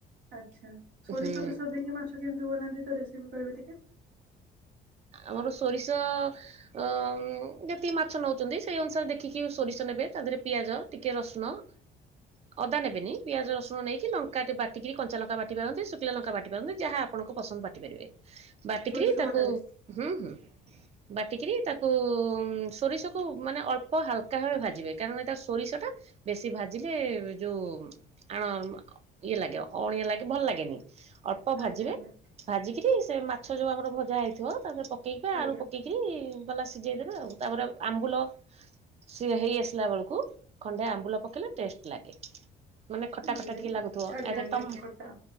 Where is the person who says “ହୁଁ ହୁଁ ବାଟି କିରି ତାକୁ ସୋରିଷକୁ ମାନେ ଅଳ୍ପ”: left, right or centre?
Right